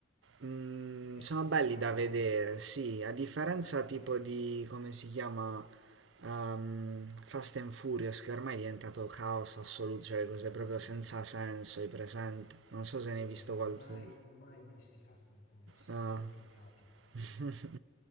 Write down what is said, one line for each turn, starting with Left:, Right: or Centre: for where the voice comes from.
Right: mm,
Left: È
Right: sono
Left: studiato,
Right: belli da vedere, sì, a
Left: è
Right: differenza
Left: studiato
Right: tipo
Left: poi...
Right: di, come si chiama? Um, Fast and Furious che ormai è diventato caos assoluto, cioè le cose
Left: Mamma
Right: proprio
Left: mia,
Right: senza senso, i presenti. Non so se ne
Left: io
Right: hai visto
Left: non li ho
Right: qualcuno.
Left: mai, mai visti i Fast and Furious, li
Right: No.
Left: ho sempre odiati,
Right: <laughs>